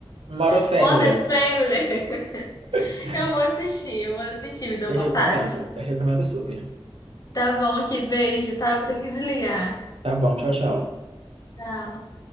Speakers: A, on the right; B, on the left.
A: Modern
B: <laughs>
A: Family.
B: Modern Family.
A: <laughs>
B: <laughs> Eu vou assistir, eu vou assistir, me deu
A: Eu
B: vontade.
A: recomendo. Eu recomendo super.
B: Tá bom aqui, beijo, tá? Vou ter que desligar.
A: Tá bom, tchau, tchau.
B: Tchau.